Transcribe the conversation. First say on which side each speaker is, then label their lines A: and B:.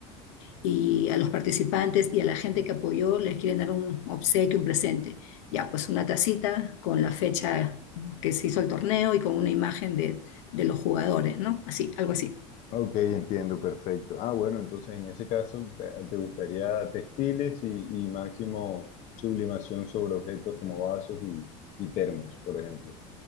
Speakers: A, on the left (about 80°); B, on the left (about 50°).
A: y a los participantes y a la gente que apoyó les quieren dar un obsequio, un presente. Ya, pues una tacita con la fecha que se hizo el torneo y con una imagen de, de los jugadores, ¿no? Así, algo así.
B: ok, entiendo, perfecto. Ah, bueno, entonces en ese caso te, te gustaría textiles y, y máximo sublimación sobre objetos como vasos y, y termos, por ejemplo.